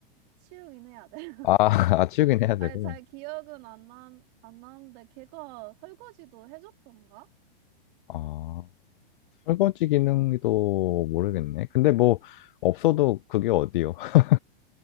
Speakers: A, on the right; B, on the left.
A: 치우긴 해야 돼. <laughs>
B: 아, <laughs> 아, 치우긴 해야 되고.
A: 아니, 잘 기억은 안 나, 안 나는데 걔가 설거지도 해줬던가?
B: 아, 설거지 기능도 모르겠네. 근데 뭐 없어도 그게 어디요? <laughs>